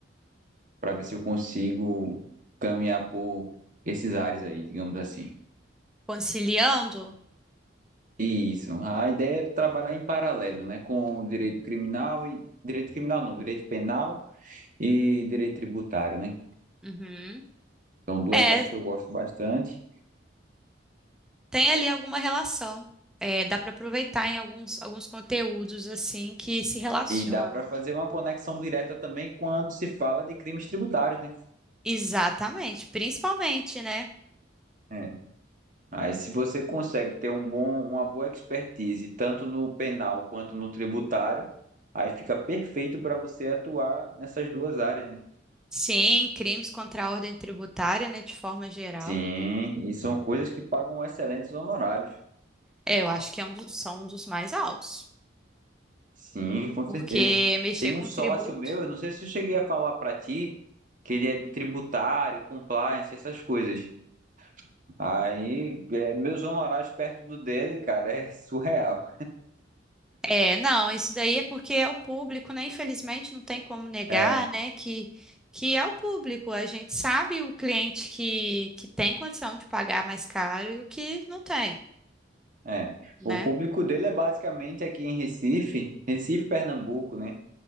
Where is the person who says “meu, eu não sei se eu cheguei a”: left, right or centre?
Right